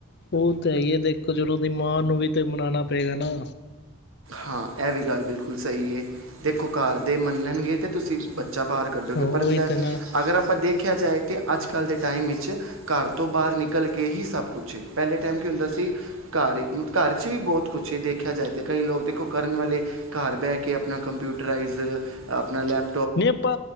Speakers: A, on the left; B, on the right.
A: ਔ ਤਾਂ ਹੈ ਈ ਹੈ। ਦੇਖੋ, ਚਲੋ ਔਦੀ ਮਾਂ ਨੂੰ ਵੀ ਤੇ ਮਨਾਨਾ ਪਏਗਾ ਨਾ।
B: ਹਾਂ, ਏਵੀ ਗਾਲ ਬਿਲਕੁਲ ਸਈ ਏ। ਦੇਖੋ ਕਾਰ ਦੇ ਮੰਨਨ ਗੇ ਤੇ ਤੁਸੀਂ ਬੱਚਾ ਬਾਰ ਕੱਢੋਗੇ
A: ਹਾਂ ਉਹੀ
B: ਪਰ,
A: ਤੇ ਨਾ
B: ਅਗਰ ਅਪਾਂ ਦੇਖਿਆ ਜਾਏ ਤੇ ਅੱਜ ਕੱਲ੍ਹ, ਦੇ ਟਾਈਮ ਵਿੱਚ ਘਰ ਤੋ ਬਾਹਰ ਨਿਕਲ ਕੇ, ਸਭ ਕੁੱਛ ਪਹਿਲੇ ਟਾਈਮ ਕੀ ਹੁੰਦਾ ਸੀ। ਘਰ, ਘਰ ਚ ਵੀ ਬਹੁਤ ਕੁਛ ਏ, ਦੇਖਿਆ ਜਾਏ ਤੇ ਕਈ ਲੋਕ, ਦੇਖੋ ਕਰਨ ਵਾਲੇ, ਘਰ ਬਹਿ ਕੇ, ਅਪਨਾ ਕੰਪਿਊਟਰਾਈਜ਼, ਅਪਨਾ ਲੈਪ
A: ਨੀ ਆਪਾ,